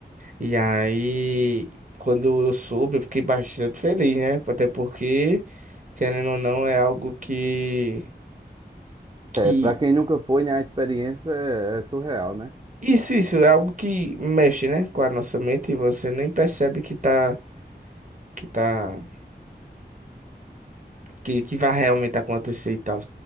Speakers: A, on the right; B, on the right.
A: E aí, quando eu soube, eu fiquei bastante feliz, né? Até porque, querendo ou não, é algo que, que...
B: É, pra quem nunca foi, né, a experiência é, é surreal, né?
A: Isso, isso, é algo que mexe, né? Com a nossa mente e você nem percebe que tá, que tá que, que vai realmente acontecer e tal.